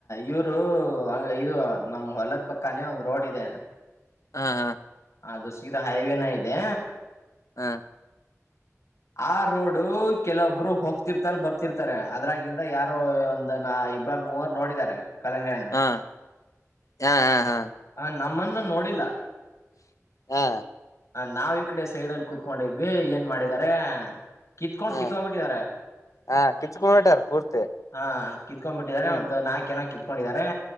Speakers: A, on the left; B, on the left.
A: ಇವರು ಇದು ನಮ್ ಹೊಲಕ್ ಪಕ್ಕಾನೆ ಒಂದು ರೋಡ್ ಇದೆ.
B: ಹಾ ಹಾ
A: ಅದು ಸೀದಾ ಹೈವೇನ ಇದೆ.
B: ಹಾ
A: ಆ ರೋಡು ಕೆಲೊಬ್ರು ಹೋಗ್ತಿರ್ತಾರೆ ಬರ್ತಿರ್ತಾರೆ ಅದ್ರಾಗಿಂದ ಯಾರೋ ಒಂದ ನ ಇಬ್ಳರ್ ಮೂವರು ನೋಡಿದ್ದಾರೆ ಕಲಂಗ್ರಿ ಹಣ್ಣು.
B: ಹಾ ಹಾ ಹಾ ಹಾ
A: ಹ ನಮ್ಮನ್ನು ನೋಡಿಲ್ಲ.
B: ಹಾ
A: ಆ ನಾವ್ ಈ ಕಡೆ ಸೈಡಲ್ಲಿ ಕುೂತ್ಕೊಂಡಿದ್ವಿ ಏನ್ ಮಾಡಿದ್ದಾರೆ? ಕತ್ಕೋಂಡ್
B: ಹಾ
A: ಕಿತ್ತ್ಕೊಂಬಿಟ್ಟಿದ್ದಾರೆ.
B: ಹಾ ಕಿತ್ಕೊಂಡ್ಬಿಟ್ಟಾರ ಪೂರ್ತಿ
A: ಹಾ ಕಿತ್ಕೊಂಡ್ಬಿಟ್ಟಿದ್ದಾರೆ
B: ಹ್ಮ್
A: ಒಂದು ನಾಲ್ಕೆನೋ ಕಿತ್ಕೊಂಡಿದ್ದಾರೆ